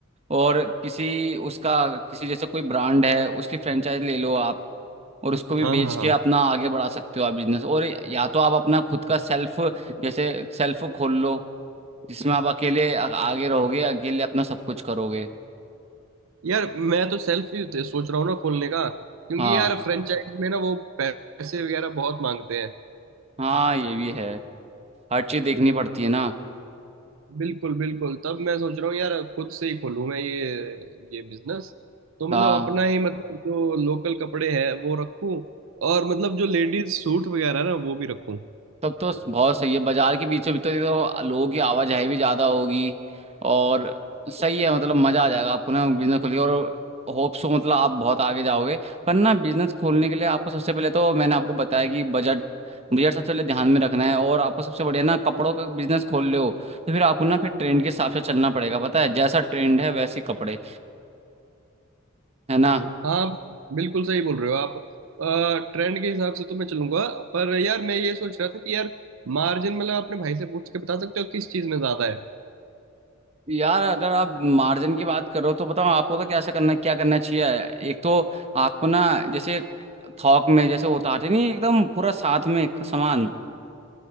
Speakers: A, on the right (about 30°); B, on the right (about 70°).
A: और किसी उसका किसी जैसे कोई ब्रांड है उसकी फ्रेंचाइज ले लो आप और उसको भी
B: हाँ
A: बेच
B: हाँ हाँ
A: के अपना आगे बढ़ा सकते हो आप बिजनेस और या तो आप अपना खुद का सेल्फ जैसे सेल्फ खोल लो जिसमें आप अकेले आ- आगे रहोगे अकेले अपना सब कुछ करोगे
B: यार मैं तो सेल्फ ही सोच रहा हूँ ना खोलने का क्योंकि
A: हाँ
B: यार फ्रेंचाइज में ना वो पैसे वगैरह बहुत मांगते हैं
A: हाँ ये भी है हर चीज देखनी पड़ती है ना
B: बिल्कुल बिल्कुल तब मैं सोच रहा हूँ यार खुद से ही खोलूँ मैं ये ये बिजनेस तो मतलब
A: हाँ
B: अपना ही मतलब जो लोकल कपड़े हैं वो रखूँ और मतलब जो लेडीज सूट वगैरह ना वो भी रखूँ
A: तब तो बहुत सही है बाजार के बीचों बीच तो देखो लोगों की आवाजाही भी ज्यादा होगी और सही है मतलब मजा आ जाएगा आपको ना बिजनेस खोल के और होप सो मतलब आप बहुत आगे जाओगे पर ना बिजनेस खोलने के लिए आपको सबसे पहले तो मैंने आपको बताया कि बजट बजट सबसे पहले ध्यान में रखना है और आपको सबसे बढ़िया ना कपड़ों का बिजनेस खोल रहे हो तो फिर आपको ना फिर ट्रेंड के हिसाब से चलना पड़ेगा पता है जैसा ट्रेंड है वैसे ही कपड़े है ना
B: हाँ बिल्कुल सही बोल रहे हो आप ट्रेंड के हिसाब से तो मैं चलूंगा पर यार मैं ये सोच रहा था कि यार मार्जिन मतलब अपने भाई से पूछ के बता सकते हो किस चीज़ में ज़्यादा है
A: यार अगर आप मार्जिन की बात करो तो बताओ आपको तो कैसे करना क्या करना चाहिए एक तो आपको ना जैसे थोक में जैसे उतारते नहीं एकदम पूरा साथ में एक सामान